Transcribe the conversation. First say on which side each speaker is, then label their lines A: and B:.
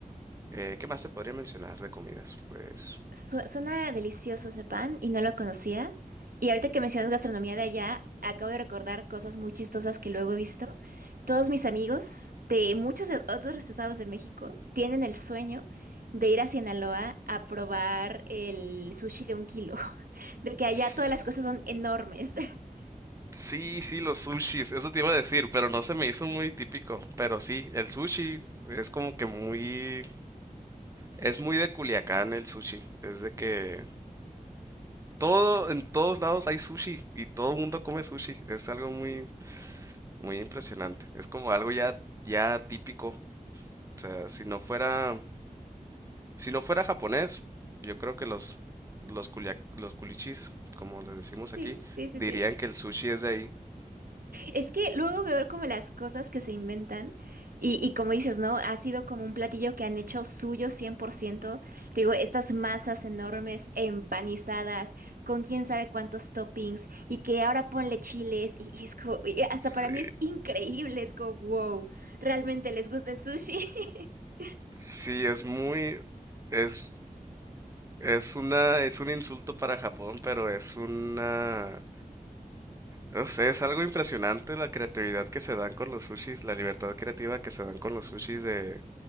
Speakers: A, on the right; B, on the right.
A: eh, ¿qué más te podría mencionar de comidas? Pues
B: Su- suena delicioso ese pan y no lo conocía. Y ahorita que mencionas gastronomía de allá, acabo de recordar cosas muy chistosas que luego he visto. Todos mis amigos de muchos de- otros estados de México tienen el sueño de ir a Sinaloa a probar el sushi de un kilo, <laughs> de que
A: S-
B: allá todas las cosas son enormes. <laughs>
A: Sí, sí, los sushis, eso te iba a decir, pero no se me hizo muy típico. Pero sí, el sushi es como que muy... Es muy de Culiacán el sushi. Es de que todo, en todos lados hay sushi y todo el mundo come sushi. Es algo muy, muy impresionante. Es como algo ya, ya típico O sea, si no fuera, si no fuera japonés, yo creo que los, los, culia- los culichis, como les decimos
B: Sí,
A: aquí,
B: sí, sí,
A: dirían
B: sí.
A: que el sushi es de ahí.
B: Es que luego veo como las cosas que se inventan y, y como dices, ¿no? Ha sido como un platillo que han hecho suyo 100%. Te digo, estas masas enormes, empanizadas, con quién sabe cuántos toppings y que ahora ponle chiles y, y es como, y hasta
A: Sí.
B: para mí es increíble, es como, wow, ¿realmente les gusta el sushi? <laughs>
A: Sí, es muy, es, es una, es un insulto para Japón, pero es una, no sé, es algo impresionante la creatividad que se dan con los sushis, la libertad creativa que se dan con los sushis de,